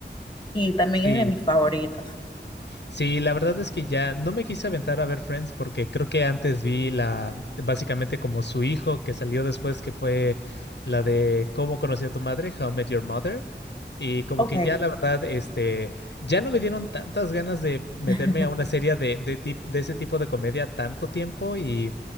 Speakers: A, on the left; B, on the left.
A: y también
B: Sí,
A: es de mis favoritas.
B: Sí, la verdad es que ya no me quise aventar a ver Friends porque creo que antes vi la, básicamente como su hijo que salió después, que fue la de Cómo conocí a tu madre, How I Met Your Mother. Y como
A: Ok.
B: que ya la verdad, este, ya no me dieron tantas ganas de meterme
A: <laughs>
B: a una serie de, de, tip- de ese tipo de comedia tanto tiempo y